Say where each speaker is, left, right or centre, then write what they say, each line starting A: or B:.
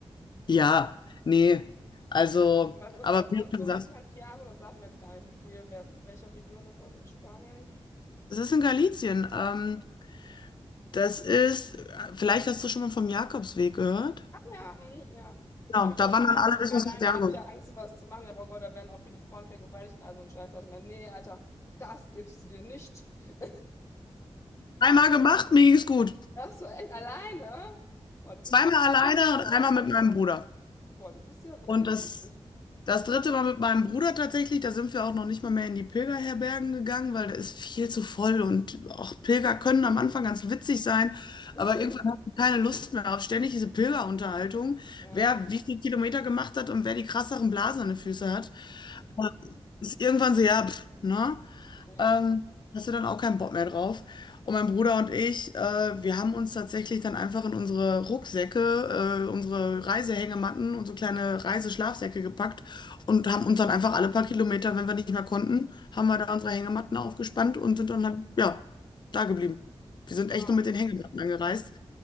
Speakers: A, on the left; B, on the left.
A: Ja, nee, also,
B: Was ist
A: aber
B: da sonst
A: wie du schon
B: so um
A: sagst,
B: Santiago? Das sagt mir jetzt gar nicht so viel. Wer, welche Region ist das in Spanien?
A: es ist in Galizien. Ähm, das ist, vielleicht hast du schon mal vom Jakobsweg gehört.
B: Ach ja, hm, ja.
A: Ja,
B: Habe ich
A: da
B: nur mal
A: wandern
B: lang,
A: alle bis
B: alleine,
A: nach Santiago.
B: habe ich ja Angst, sowas zu machen. Ja, aber Gott, da werden auch viele Frauen vergewaltigt. Also ein Scheiß, sag ich mir, nee, Alter, das gibst du dir nicht. <laughs>
A: Einmal gemacht, mir ging's gut.
B: Ach so, echt alleine? Boah, du bist
A: Zweimal
B: ja
A: alleine
B: hardcore.
A: und einmal mit meinem Bruder.
B: Boah, du bist ja wirklich
A: Und das,
B: mutig.
A: das dritte Mal mit meinem Bruder tatsächlich, da sind wir auch noch nicht mal mehr in die Pilgerherbergen gegangen, weil da ist viel zu voll und auch Pilger können am Anfang ganz witzig sein,
B: <laughs>
A: aber irgendwann hast du keine Lust mehr auf ständig diese Pilgerunterhaltung,
B: Ja,
A: wer wie viele Kilometer gemacht hat und wer die krasseren Blasen an den Füßen hat. Also ist irgendwann so, ja, pff, ne?
B: ja.
A: ähm, hast du dann auch keinen Bock mehr drauf. Und mein Bruder und ich, äh, wir haben uns tatsächlich dann einfach in unsere Rucksäcke, äh, unsere Reisehängematten und so kleine Reiseschlafsäcke gepackt und haben uns dann einfach alle paar Kilometer, wenn wir nicht mehr konnten, haben wir da unsere Hängematten aufgespannt und sind dann halt, ja, da geblieben. Wir sind
B: Wow,
A: echt nur mit den Hängematten angereist.